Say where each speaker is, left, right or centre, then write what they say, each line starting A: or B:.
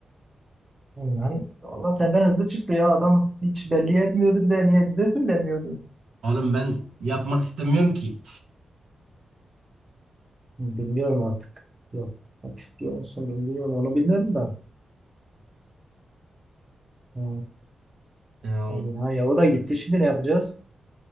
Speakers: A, on the right (about 15°); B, on the right (about 85°).
A: Ulan Valla senden hızlı çıktı ya adam hiç belli etmiyordu bir de niye bize söylemiyordu?
B: Oğlum ben yapmak istemiyorum ki.
A: bilmiyorum artık. Yapmak istiyor musun bilmiyorum. Onu bilmiyorum da. Ha,
B: Ya,
A: aman ha ya o da gitti. Şimdi ne yapacağız?